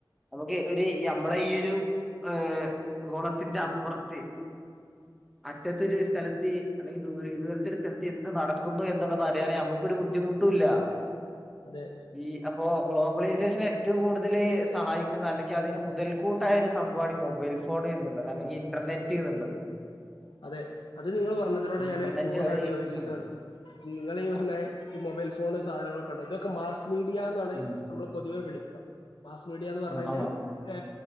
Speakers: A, in the centre; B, on the left.
A: ഓക്കേ ഒരു ഇ നമ്മളെ ഈ ഒരു. ഏഹ ഗോളത്തിന്റെ അപ്പുറത്ത് അറ്റത്തൊരു സ്ഥലത്തി. അല്ലെങ്കിൽ ദൂരെ <unintelligible> സ്ഥലത്ത് എന്ത് നടക്കുന്നു എന്നുള്ളതറിയാൻ നമുക്കൊരു ബുദ്ധിമുട്ടും ഇല്ല.
B: അതെ.
A: ഈ അപ്പോ ഗ്ലോബലൈസേഷന് ഏറ്റവും കൂടുതല് സഹായിക്കുന്ന അല്ലെങ്കി അതിന് മുതൽ കൂട്ടായ ഒരു സംഭവമാണ് ഈ മൊബൈൽ ഫോൺ എന്ന്ള്ളത് അല്ലെങ്കി ഇന്റർനെറ്റ് എന്ന്ള്ളത്.
B: അതെ അത് നിങ്ങൾ പറഞ്ഞതിലൂടെ
A: ഇന്റർനെറ്റ്
B: ഞാന് പൂരണ്ണായിട്ട്
A: വഴി
B: യോജിക്കാണ്
A: ആഹ്
B: നിങ്ങൾ ഈ ഞ്ഞ ഈ മൊബൈൽ ഫോൺ സാധനങ്ങളൊക്കെണ്ട് ഇതൊക്കെ മാസ് മീഡിയ എന്നാണ്
A: ഉം
B: നമ്മള് പൊതുവെ വിളിക്കാം മാസ് മീഡിയാന്ന് പർഞ്ഞ്
A: ആഹ്
B: കഴിഞ്ഞാൽ
A: ആഹ്
B: ഏ